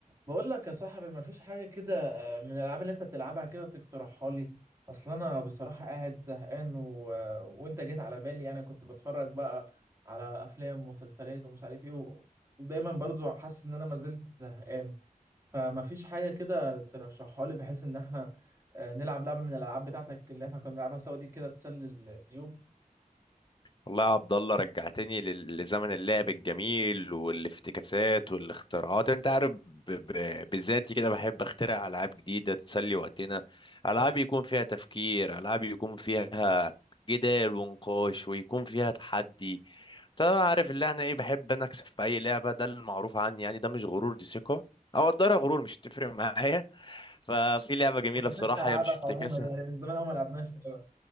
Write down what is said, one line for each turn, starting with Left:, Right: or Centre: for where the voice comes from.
Right: بقول لك يا صاحبي مفيش حاجة كده آه، من الألعاب اللي أنت بتلعبها كده تقترحها لي أصل أنا بصراحة قاعد زهقان و... آه، وأنت جيت على بالي يعني كنت بتفرج بقى على أفلام ومسلسلات ومش عارف إيه و... ودايما برضو حاسس إن أنا ما زلت زهقان فمفيش حاجة كده ترشحها لي بحيث إن إحنا آه، نلعب لعبة من الألعاب بتاعتك اللي إحنا كنا بنلعبها سوا دي كده تسلي ال- اليوم
Left: والله يا عبد الله رجعتني لل- لزمن اللعب الجميل والافتكاسات والاختراعات انت عارف ب- ب- بذاتي كده بحب اخترع العاب جديده تسلي وقتنا العاب
Right: آه،
Left: يكون فيها تفكير العاب يكون فيها جدال ونقاش ويكون فيها تحدي طبعا عارف اللي احنا ايه بحب انا اكسب في اي لعبه ده المعروف عني يعني ده مش غرور دي ثقه او اقدرها غرور مش هتفرق معايا ففي لعبه جميله
Right: ما حبيتش
Left: بصراحه
Right: ألعبك
Left: هي مش افتكاسه
Right: عموما يعني من زمان أوي ما لعبناش سوا